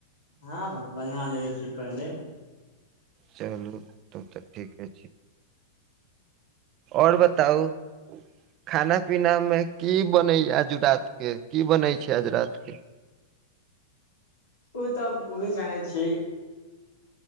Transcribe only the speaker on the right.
चलू तब तऽ ठीके छै आओर बताउ खाना पीना मे की बनै आज रात के की बनै छै आज रात के